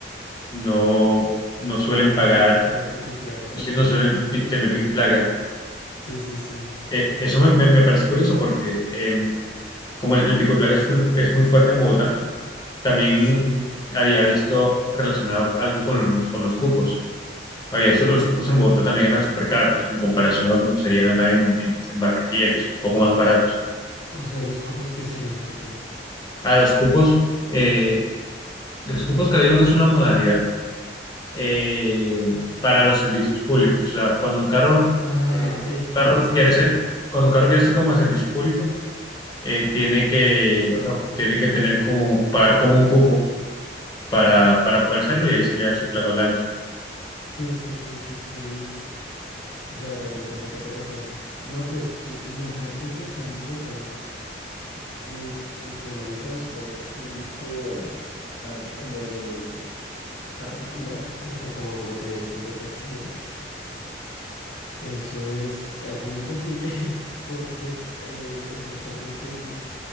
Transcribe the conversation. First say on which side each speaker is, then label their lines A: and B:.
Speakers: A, on the left; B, on the left.
A: no, no suelen pagar,
B: No tiene pico y placa.
A: es decir, no suelen pi- tener
B: Eh,
A: pico y placa.
B: sí, sí, sí.
A: Eh, eso me, me- me parece curioso porque em, como el, el pico placa es, full- es muy fuerte en Bogotá, también
B: Sí.
A: había visto relacionado algo con los, con los cupos. Había visto que los cupos en Bogotá también eran súper caros en comparación a como serían acá en, en- en Barranquilla, que son un poco más baratos.
B: O sea, los cupos, ¿qué serían? Qué pena.
A: A los cupos, eh, los cupos creo yo que es una modalidad eh, para los servicios públicos. O sea, cuando un carro,
B: Ah,
A: eh,
B: el...
A: un carro
B: Sí,
A: quiere
B: sí, sí.
A: ser, cuando un carro quiere ser como de servicio público, eh, tiene que, o sea, tiene que tener como, pagar como un cupo para, para poder hacerlo y ahí sí le dan su placa blanca.
B: Sí, sí, sí, sí, sí. Ya, ya, ya entiendo a qué te refieres. No, pues i- imagínate que acá en Bogotá es el tema del transporte público a- como a nivel particular, o sea, como lo que vienen siendo taxis y eso. Eso es, hay, hay un complique <laughs> porque eh, es- los carros no tienen,